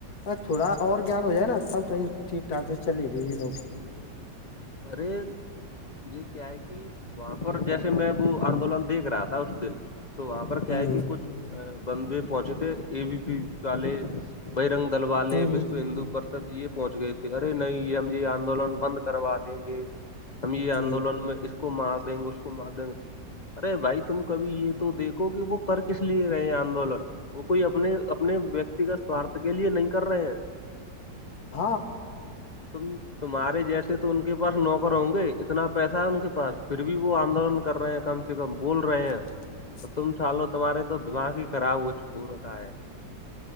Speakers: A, on the left; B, on the left.
A: ارے تھوڑا اور گیان ہو جائے نا تب کہیں ٹھیک ٹھاک سے چلے گے یہ لوگ
B: ارے یہ کیا ہے کہ وہاں پر جیسے میں وہ آندولن دیکھ رہا تھا اس دن تو وہاں پر کیا
A: ہوں
B: ہے کہ کچھ بندے پہنچے تھے اے بی پی والے بجرنگ دل والے
A: ہوں ہوں
B: وشو ہندو پرشد یہ پہنچ گئے تھے ارے نہیں یہ ہم یہ آندولن بند کروا دیں گے ہم یہ آندولن
A: ہوں
B: میں اس کو مار دیں گے اس کو مار دیں گے ارے بھائی تم کبھی یہ تو دیکھو کہ وہ کر کس لیے رہے ہیں آندولن وہ کوئی اپنے اپنے ویکتیگت بھارت کے لیے نہیں کر رہے ہیں
A: ہ
B: تم تمہارے جیسے تو ان کے پاس نوکر ہوں گے اتنا پیسہ ہے ان کے پاس پھر بھی وہ آندولن کر رہے ہیں کم سے کم بول رہے ہیں
A: <unintelligible>
B: تو تم سالو تمہارے تو دماغ ہی خراب ہو رکھا ہے